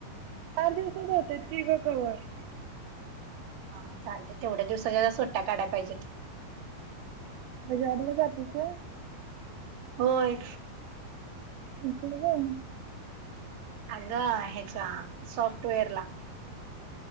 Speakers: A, on the right (about 80°); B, on the right (about 60°).
A: चार दिवसात होत की ग कवर
B: हा चालतेय तेवढ्या दिवसाच्या सुट्ट्या काढाय पाहिजेत.
A: मजाबला जातस ना.
B: होय.
A: लं का?
B: अगं ह्याचा सॉफ्टवेअर ला.